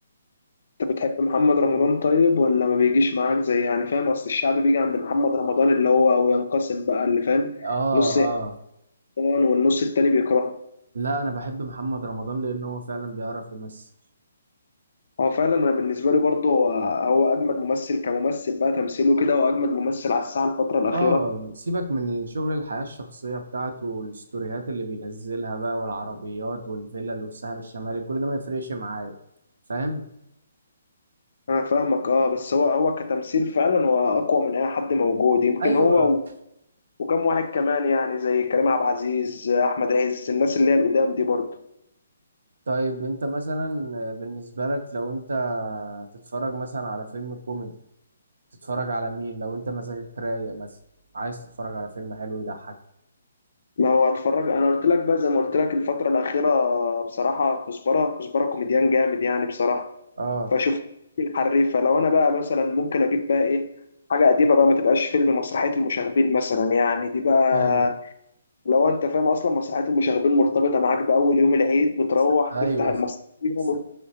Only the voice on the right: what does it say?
آه
آه
لا أنا بحب محمد رمضان لأن هو فعلا بيعرف يمثل
اه سيبك من الشغل الحياة الشخصية بتاعته والستوريهات اللي بينزلها بقى والعربيات والفلل والساحل الشمالي كل ده ما يفرقش معايا فاهم
ايوه
طيب انت مثلا بالنسبة لك لو انت تتفرج مثلا على فيلم كوميدي تتفرج على مين لو انت مزاجك رايق مثلا عايز تتفرج على فيلم حلو يضحك
اه
ايوه
س- ايوه
س- س-